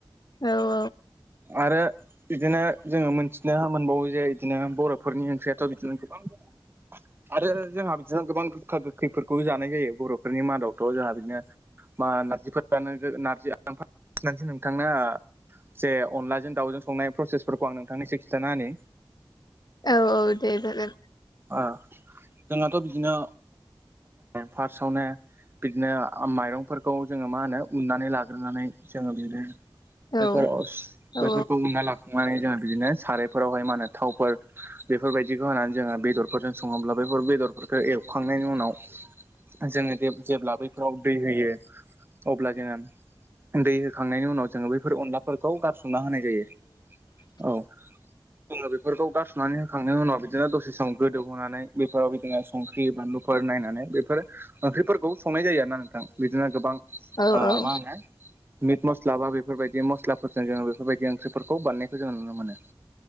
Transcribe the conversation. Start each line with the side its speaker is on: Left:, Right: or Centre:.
Left: औ
Right: आरो बिदिनो जोङो मोनथिनो मोनबावो जे इदिनो बर'फोरनि ओंख्रियाथ' बिदिनो गोबां। आरो जोंहा बिदिनो गोबां गोगखा गोगखै खैफोरखौ जानाय जायो बर'फोरनि मादावथ' जोंहा बिदिनो बा नारजिफोर जानो ओ नारजि ओ आं फोदसो नोंथां नो जे अनलाजों दाउजों संनाय प्रसेसफोरखौ आं नोंथांनि एसे खिथानाहोनि
Left: औ औ दे जागोन
Right: ओ जोंहाथ' बिदिनो फार्स्टआवनो बिदिनो ओ माइरंफोरखौ जोङो मा होनो उननानै लाग्रोनानै जोङो बिदिनो बेफोर
Left: औ
Right: अस
Left: औ
Right: बेफोरखौ उन्ना ला नानै जोङो बिदिनो सारायफोरावहाय मा होनो थावफोर बेफोरबायदिखौ होनानै जोङो बेदर फोरजों सङोब्लाबो बा बेदरफोरखौ एवखांनायनि उनाव जोङो जेब्ला बैफोराव दै होयो अब्ला जोङो दै होखांनायनि उनाव जोङो बैफोर अनलाफोरखौ गारसोमना होनाय जायो औ जोङो बेफोरखौ गारस'नानै होखांनायनि उनाव बिदिनो दसे सम गोदौहोनानै बेफोराव बिदिनो संख्रि बानलुफोर नायनानै बेफोर ओंख्रिफोरखौ संनाय जायो आरो ना नोंथां। बिदिनो गोबां ओ
Left: औ औ
Right: मा होनो आ मिट मस्ला बा बेफोरबायदि मस्लाफोरजों जोङो बेफोरबायदि ओंख्रिफोरखौ बानायनायखौ जोङो नुनो मोनो <inaudible>